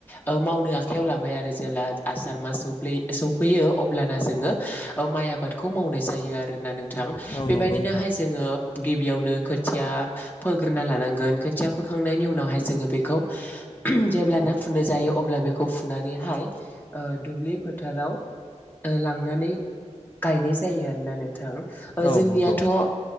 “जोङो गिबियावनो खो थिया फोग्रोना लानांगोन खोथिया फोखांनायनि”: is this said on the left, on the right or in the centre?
Left